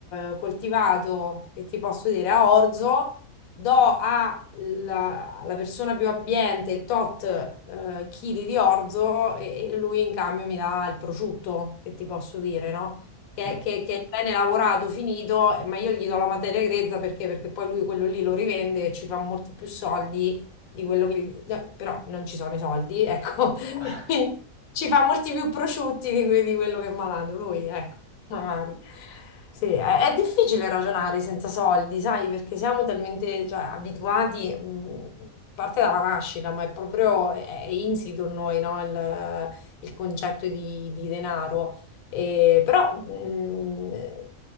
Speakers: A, on the left (about 80°); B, on the left (about 35°).
A: eh, coltivato che ti posso dire a orzo, do alla alla persona più abbiente tot eh, chili di orzo e, e lui in cambio mi dà il prosciutto, che ti posso dire, no? Che,
B: Sì.
A: che- che è bene lavorato, finito, ma io gli do la materia grezza perché? Perché poi lui quello lì lo rivende e ci fa molti più soldi di quello che... gli- no, però non ci sono i soldi, ecco, <laughs>
B: <laughs>
A: quindi
B: Ah,
A: ci fa molti più prosciutti di, que- di quello che mi ha dato lui, ecco, magari. Sì, è, è difficile ragionare senza soldi, sai, perché siamo talmente, cioè, abituati, mh, a parte dalla nascita, ma è proprio, è, è insito in noi, no? Il, il concetto di, di denaro. E, però mh, eh,